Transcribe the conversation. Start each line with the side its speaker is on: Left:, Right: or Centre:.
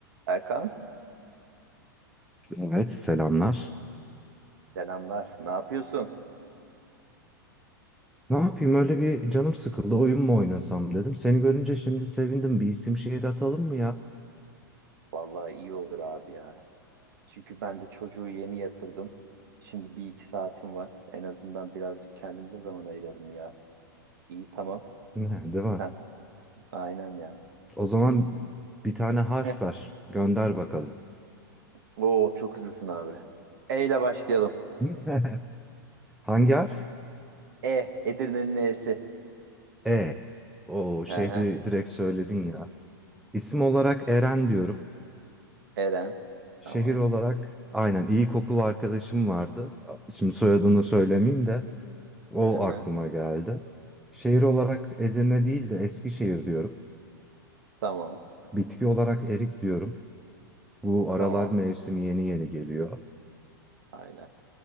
Right: Erkan,
Centre: Evet, selamlar.
Right: selamlar. Ne yapıyorsun?
Centre: Ne yapayım öyle bir canım sıkıldı oyun mu oynasam dedim. Seni görünce şimdi sevindim bir isim şehir atalım mı ya?
Right: Vallahi iyi olur abi ya. Çünkü ben de çocuğu yeni yatırdım. Şimdi bir iki saatim var. En azından birazcık kendimize zaman ayıralım ya. İyi tamam.
Centre: Ne, değil mi?
Right: Sen. Aynen ya.
Centre: O zaman bir tane harf
Right: Heh.
Centre: ver. Gönder bakalım.
Right: Oo çok hızlısın abi. E ile başlayalım.
Centre: <laughs> Hangi harf?
Right: E. Edirne'nin E'si.
Centre: E. O şehri
Right: Hı hı.
Centre: direkt söyledin ya. İsim olarak Eren diyorum.
Right: Eren.
Centre: Şehir
Right: Tamam.
Centre: olarak aynen iyi kokulu arkadaşım vardı. Şimdi soyadını söylemeyeyim de o
Right: Hı hı.
Centre: aklıma geldi. Şehir olarak Edirne değil de Eskişehir diyorum.
Right: Tamam.
Centre: Bitki olarak erik diyorum. Bu aralar
Right: Tamam.
Centre: mevsim yeni yeni geliyor.
Right: Aynen.